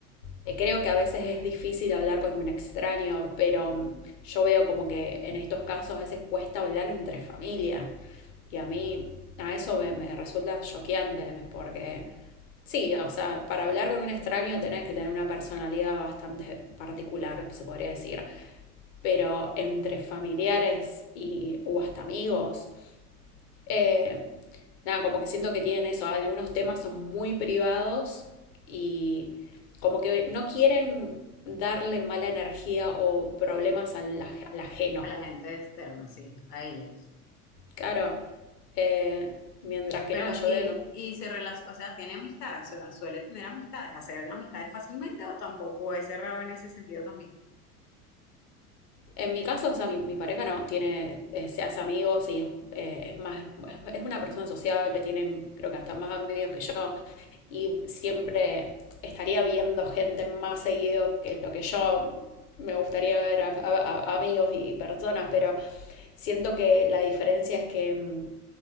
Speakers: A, on the left; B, on the left.
A: Eh, creo que a veces es difícil hablar con un extraño, pero mm, yo veo como que en estos casos a veces cuesta hablar entre familia. Y a mí, a eso me, me resulta choqueante, porque sí, o sea, para hablar con un extraño tenés que tener una personalidad bastante particular, se podría decir. Pero entre familiares y, o hasta amigos, eh, nada, como que siento que tienen eso, algunos temas son muy privados y como que no quieren darle mala energía o problemas al, aj- al ajeno.
B: a la gente externa, sí, a ellos.
A: Claro, eh, mientras que
B: Pero,
A: no, yo
B: y,
A: veo, no.
B: y se relaciona, o sea, tiene amistades, o sea, suele tener amistades, hacer amistades fácilmente o tampoco es cerrado en ese sentido también,
A: En mi caso, o sea, mi, mi pareja no tiene, eh, se hace amigos y es, eh, es más, es una persona sociable, tiene creo que hasta más amigos que yo. y siempre estaría viendo gente más seguido que lo que yo me gustaría ver a, a- a- amigos y personas, pero siento que la diferencia es que mm,